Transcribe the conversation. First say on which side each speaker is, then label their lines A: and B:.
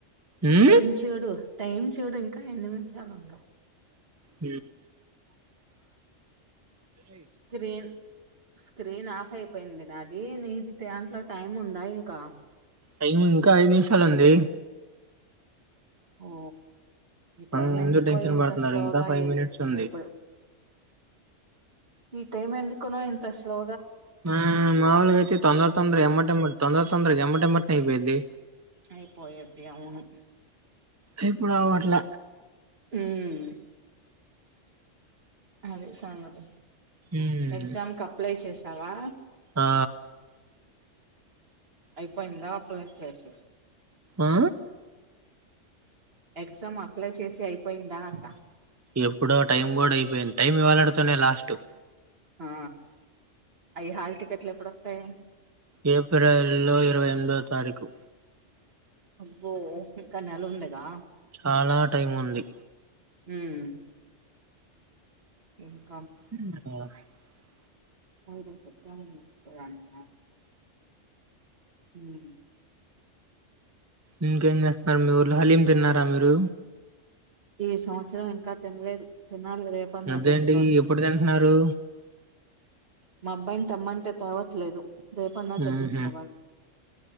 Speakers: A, on the right; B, on the right.
A: ఉ
B: టైం చేడు టైమ్ చూడు ఇంకా ఎన్ని నిమిషాలు ఉందవు
A: హ
B: స్క్రీన్ స్క్రీన్ ఆఫ్ అయిపోయింది నాది నీది దాంట్లో టైం ఉందా ఇంకా
A: టైం ఇంకా ఐదు నిమిషాలుంది
B: ఓ ఈ టైం
A: ఆ ఎందుకు
B: ఎందుకో
A: టెన్షన్
B: ఎంత
A: పడుతున్నారు
B: స్లోగా
A: ఇంకా ఫైవ్
B: వెళ్ళద్ది
A: మినిట్స్ ఉంది
B: ఇప్పుడు ఈ టైం ఎందుకునో ఇంత స్లో
A: ఆ మావలు గా అయితే తొందర తొందర ఎమ్మట్ ఎమ్మటే తొందర తొందర తొందర ఎమ్మటే అపోయిది
B: అయి పోయితే అవును
A: ఇప్పుడు అట్ల
B: హుమ్ అదే సంగతి
A: ఉ
B: ఎగ్జామ్ క అప్లై చేసావా
A: ఆ
B: అయిపోయిందా అప్లై చెస్
A: ఆ
B: ఎగ్జామ్ అప్లై చేసి అయిపోయిందా అంట
A: ఎప్పుడో టైం కూడా అయిపోయింది టైం ఇవ్వలాడుతోనే లాస్ట్
B: ఆ అవి హాల్ టికెట్లు ఎప్పుడొస్తాయి
A: ఏప్రిల్ లో ఇరవై ఎనిమిదవ తారీఖు
B: అబ్బో ఇంకా నెల ఉంది గా
A: చాలా టైం ఉంది
B: ఉమ్ <inaudible>
A: <inaudible>
B: <unintelligible> హుమ్
A: ఇంకేం చేస్తున్నారు మీ ఊరి ల హలీం తిన్నారా మీరు
B: ఈ సంవత్సరం ఇంకా తినలేదు తినాలి రేపన్నా
A: అదే
B: తెచ్చుకోవాలి
A: అండి ఎప్పుడు తింటున్నారు
B: మా అబ్బాయిని తమ్మంటే తేవట్లేదు రేపన్నా
A: మ్మ్హ్మ్.
B: తెప్పించుకోవాలి